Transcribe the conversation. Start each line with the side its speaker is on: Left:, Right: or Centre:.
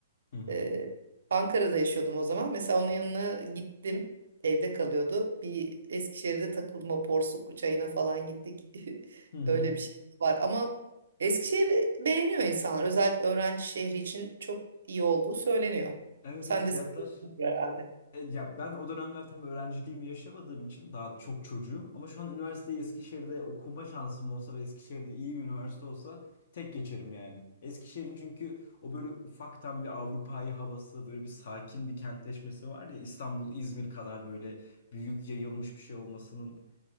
Left: Hı hı.
Right: Ee, Ankara'da yaşıyordum o zaman. Mesela onun yanına gittim. Evde kalıyordu. Bir Eskişehir'de takılma porsuk çayına falan gittik. <laughs>
Left: Hı hı.
Right: Öyle bir şey var. Ama Eskişehir'i beğeniyor insanlar. Özellikle öğrenci şehri için çok iyi olduğu söyleniyor.
Left: Evet
Right: Sen
Left: evet fiyatlar.
Right: de seviyorsundur herhalde.
Left: E, ya ben o dönemler tam öğrenciliğimi yaşamadığım için daha çok çocuğum. Ama şu an üniversiteyi Eskişehir'de okuma şansım olsa ve Eskişehir'de iyi bir üniversite olsa tek geçerim yani. Eskişehir'in çünkü o böyle ufaktan bir Avrupa'yı havası, böyle bir sakin bir kentleşmesi var ya İstanbul, İzmir kadar böyle büyük yayılmış bir şey olmasının